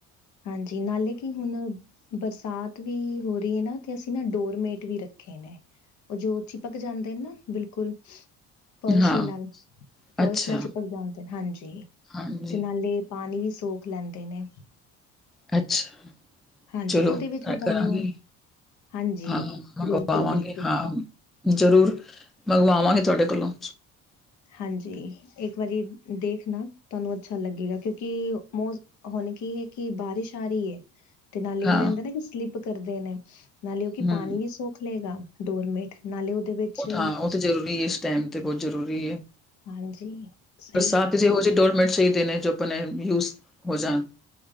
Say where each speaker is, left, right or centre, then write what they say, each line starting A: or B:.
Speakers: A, on the left; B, in the centre.
A: ਹਾਂਜੀ ਨਾਲੇ ਕਿ ਹੁਣ ਬਰਸਾਤ ਵੀ ਹੋ ਰਹੀ ਹੈ ਨਾ ਤੇ ਅਸੀਂ ਨਾ ਡੋਰਮੇਟ ਵੀ ਰੱਖੇ ਨੇ ਉਹ ਜੋ ਚਿਪਕ ਜਾਂਦੇ ਨੇ ਨਾ ਬਿਲਕੁਲ ਫਰਸ਼ੀ
B: ਹਾਂ
A: ਨਾਲ ਫਰਸ਼
B: ਅੱਛਾ,
A: ਨਾਲ ਚਿਪਕ ਜਾਂਣਦੇ ਹਾਂਜੀ
B: ਹਾਂਜੀ
A: ਤੇ ਨਾਲੇ ਪਾਣੀ ਵੀ ਸੋਖ ਲੈਂਦੇ ਨੇ
B: ਅੱਛਾ
A: ਹਾਂਜੀ
B: ਚਲੋ
A: ਉਹਦੇ ਵਿੱਚ
B: ਤੈ
A: ਵੀ ਤੁਹਾਨੂੰ
B: ਕਰਾਂਗੇ
A: ਹਾਂਜੀ
B: ਹਾਂ ਮੰਗਵਾਵਾਂਗੇ
A: ਬਿਲਕੁਲ-ਬਿਲਕੁਲ
B: ਹਾਂ ਜ਼ਰੂਰ ਮੰਗਵਾਵਾਂਗੇ ਤੁਹਾਡੇ ਕੋਲੋਂ
A: ਹਾਂਜੀ ਇੱਕ ਵਾਰੀ ਦੇਖ ਨਾ ਤੁਹਾਨੂੰ ਅੱਛਾ ਲੱਗੇਗਾ ਕਿਉਂਕਿ ਮੋਸ ਹੁਣ ਕੀ ਹੈ ਕਿ ਬਾਰਿਸ਼ ਆ ਰਹੀ ਹੈ ਤੇ ਨਾਲੇ
B: ਹਾਂ,
A: ਇਹ ਰਹਿੰਦਾ ਨਾ ਕਿ ਸਲਿੱਪ ਕਰਦੇ ਨੇ ਨਾਲੇ ਉਹ ਕਿ
B: ਹੂੰ।
A: ਪਾਣੀ ਵੀ ਸੌਖ ਲਏਗਾ ਡੋਰਮੇਟ ਨਾਲੇ ਉਹਦੇ ਵਿੱਚ
B: ਉਹ ਤਾਂ ਹਾਂ, ਉਹ ਜ਼ਰੂਰੀ ਹੈ ਇਸ ਟਾਈਮ ਤੇ ਬਹੁਤ ਜ਼ਰੂਰੀ ਹੈ
A: ਹਾਂਜੀ ਸਹੀ
B: ਬਸਾਤ
A: ਹੈ
B: ਜੈ ਹੋਜੇ ਡੋਰਮੈਟ ਸਹੀ ਦੇਣੇ ਜੋ ਆਪਣੇ ਯੂਜ ਹੋ ਜਾਣ